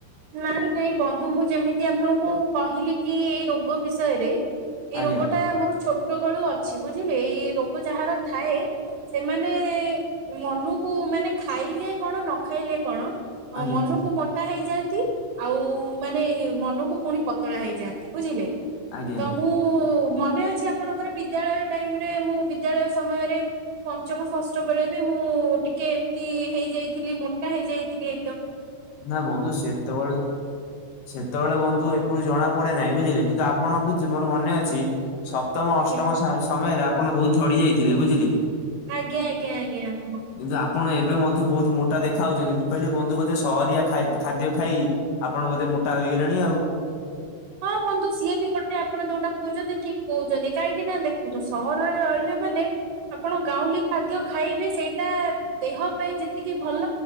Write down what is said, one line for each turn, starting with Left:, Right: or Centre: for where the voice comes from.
Right: ନାଇଁ ନାଇଁ ବନ୍ଧୁ ମୁଁ ଯେମିତି ଆପଣଙ୍କୁ କହିଲି କି ଏଇ ରୋଗ ବିଷୟରେ। ଏଇ
Left: ଆଜ୍ଞା
Right: ରୋଗ ଟା ମୋର ଛୋଟ ବେଳୁ ଅଛି ବୁଝିଲେ ଏଇ ରୋଗ ଯାହାର ଥାଏ ସେମାନେ ମନକୁ ମାନେ ଖାଇଲେ କଣ ନ ଖାଇଲେ କଣ? ଅ
Left: ଆଜ୍ଞା
Right: ମନକୁ ମୋଟା ହେଇଯାଆନ୍। ତି ଆଉ ମାନେ ମନକୁ ପୁଣି ପତଳା ହେଇଯାଆନ୍ତି ବୁଝିଲେ।
Left: ଆଜ୍ଞା
Right: ତ ମୁଁ ମନେ ଅଛି ଆପଣଙ୍କର ବିଦ୍ୟାଳୟ ଟାଇମରେ ମୁଁ ବିଦ୍ୟାଳୟ ସମୟରେ ପଞ୍ଚମ ଷଷ୍ଠ ବେଳେ ବି ମୁଁ ଟିକେ ଏମତି ହେଇଯାଇଥିଲି ମୋଟା ହେଇଯାଇଥିଲି ଏକଦମ୍।
Left: ନା ବନ୍ଧୁ ସେତବେଳେ ସେତବେଳେ ବନ୍ଧୁ ଏପରି ଜଣା ପଡେ ନାହିଁ ବୁଝିଲେ। କିନ୍ତୁ ଆପଣଙ୍କୁ ମୋର ମନେ ଅଛି ସପ୍ତମ
Right: ଆଜ୍ଞା
Left: ଅଷ୍ଟମ ସ ସମୟରେ ଆପଣ ବହୁତ ଝଡି ଯାଇଥିଲେ ବୁଝିଲେ।
Right: ଆଜ୍ଞା ଆଜ୍ଞା ଆଜ୍ଞା ହଁ।
Left: କିନ୍ତୁ ଆପଣ ଏବେ ମଧ୍ୟ ବହୁତ ମୋଟା ଦେଖା ହଉଚନ୍ତି। ମୁଁ କହିଲି ବନ୍ଧୁ ବୋଧେ ସହରିଆ ଖାଇ ଖାଦ୍ୟ ଖାଇ ଆପଣ ବୋଧେ ମୋଟା ହୋଇଗଲେଣି ଆଉ।
Right: ହଁ ବନ୍ଧୁ ସିଏ ବି ଗୋଟେ ଆପଣ ଯୋଉଟା କହୁଚନ୍ତି ଠିକ୍ କହୁଚନ୍ତି। କାହିଁକି ନା ଦେଖନ୍ତୁ ସହରରେ ରହିଲେ ଆ ମାନେ ଆପଣ ଗାଉଁଲି ଖାଦ୍ୟ ଖାଇବେ ସେଇଟା ଦେହ ପାଇଁ ଯେତିକି ଭଲ